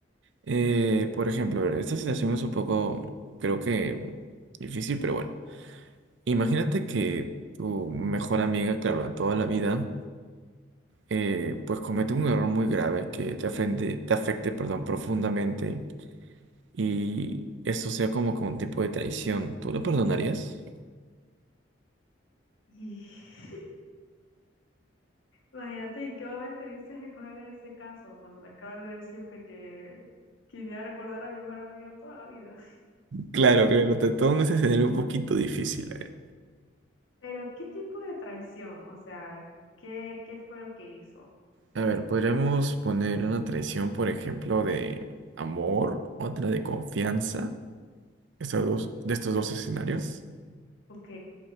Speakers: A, on the right; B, on the left.
A: Eh, por ejemplo, a ver, esta situación es un poco, creo que difícil, pero bueno. Imagínate que tu mejor amiga, claro, de toda la vida, eh, pues comete un error muy grave que te afrente- te afecte, perdón, profundamente y esto sea como que un tipo de traición. ¿Tú lo perdonarías?
B: Y <laughs> imagínate en qué momento viniste a coger ese caso cuando te acabas de decirte que quisiera recordar a mi mejor amiga toda la vida.
A: Claro, creo que te todo un escenario un poquito difícil, eh.
B: Pero, ¿qué tipo de traición? O sea, ¿qué, qué fue lo que hizo?
A: A ver, podríamos poner una traición, por ejemplo, de amor, otra de confianza, estos dos, de estos dos escenarios.
B: Ok.